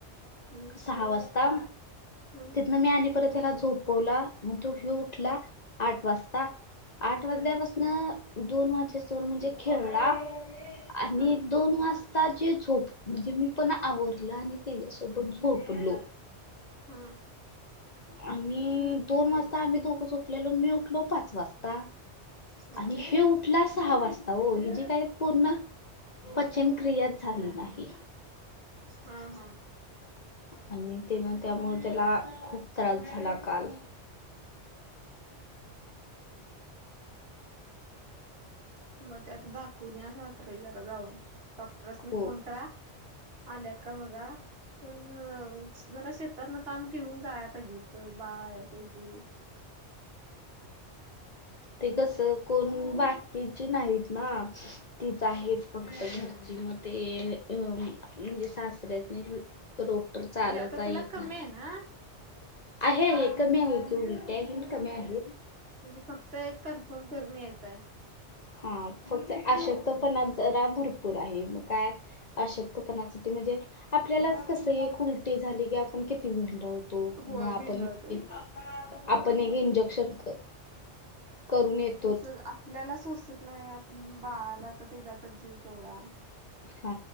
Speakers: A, on the right; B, on the left.
A: हम्म.
B: सहा वाजता.
A: हम्म.
B: न मी आणि परत त्याला झोपवला. मग तो ह्यो उठला आठ वाजता. आठ वाजल्यापासन
A: हम्म
B: दोन वाजेस तोवर म्हणजे खेळला. आणि
A: हा
B: दोन वास ता जे झोप, म्हणजे मी पण आवरलं आणि त्याच्यासोबत झोपलो.
A: हा.
B: आणि दोन वाजता आम्ही दोघं झोपलेलो, मि उठलो पाच वाज ता
A: हा
B: आणि ह्यो उठला सहा वाजता ओ ही जी काही पूर्ण, पचनक्रियाच झाली नाही.
A: हा हा.
B: आणि तेन त्यामुळे त्याला खूप त्रास झाला काल.
A: मग ते आता दाखवून या रात्री जरा जाऊन, डॉक्टरसनी
B: हो.
A: फोन करा आल्यात का बघा पण जरा शेतातल काम ठेवून जाया पाहिजे होत बाळ हाय शेवटी
B: ते कस कोण बाकीचे नाहीत ना तीच आहे फक्त घरची, मग ते अ- म्हणजे सासऱ्यासनी ट्री रोटर चालवता
A: म्हणजे आता त्याला
B: येत
A: कमी
B: नाही.
A: आहे ना
B: आहे आहे कमी आहे की, उलट्या हे
A: हा
B: कमी आहे.
A: म्हणजे फक्त एक कन्फर्म करून यायचाय.
B: हा फक्त आशक्तपणा जरा भरपूर आहे. म काय? अशक्तपणासाठी म्हणजे आपल्यालाच कसं एक उलटी झाली की आपण किती वेंढलं - तो
A: होय
B: म आपण
A: भिंडावतोय
B: एक आपण एक इंजेक्शन क करून येत
A: तसच आपल्याला सोसत नाय बाळाला तर त्याचा तर जीव केवढा.
B: हा